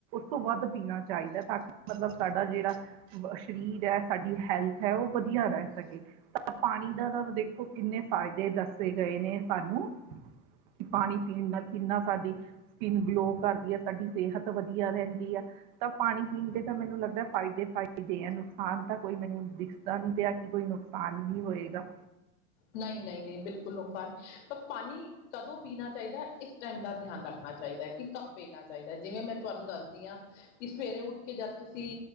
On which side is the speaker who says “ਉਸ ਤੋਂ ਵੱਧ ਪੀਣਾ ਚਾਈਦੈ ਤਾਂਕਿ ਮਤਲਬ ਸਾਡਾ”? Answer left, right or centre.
Right